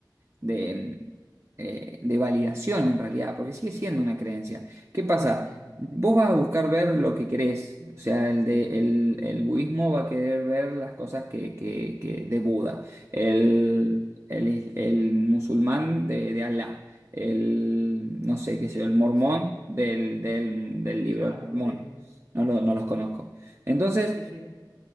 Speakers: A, on the right; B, on the right.
A: de, eh, de validación en realidad, porque sigue siendo una creencia. ¿Qué pasa?
B: Ujú,
A: Vos vas a buscar ver lo que querés, o sea, el, de, el, el budismo va a querer ver las cosas que, que- que- de Buda, el,
B: ujú.
A: el is- el musulmán de, de Alá, el, no sé qué sé yo, el mormón
B: Sí,
A: del, del, del
B: ¿de
A: libro
B: qué va?
A: de Mormón,
B: Sí.
A: no, lo- no los conozco. Entonces,
B: Sí, sí.